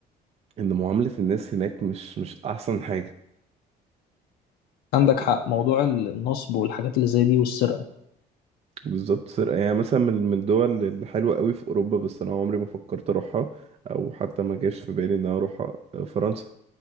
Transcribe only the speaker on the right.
ان معاملة الناس هناك مش مش احسن حاجة
ف-
بالظبط سرقة يعني مثلا من من الدول الحلوة قوي في اوروبا بس انا عمري ما فكرت اروحها او حتى ما جاش في بالي ان انا اروحها فرنسا